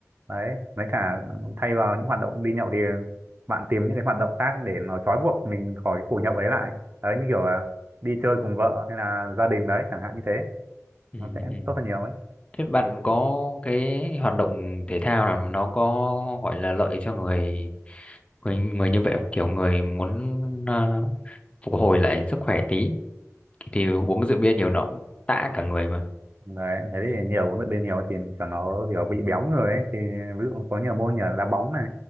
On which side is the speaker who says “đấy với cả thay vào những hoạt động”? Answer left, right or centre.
Right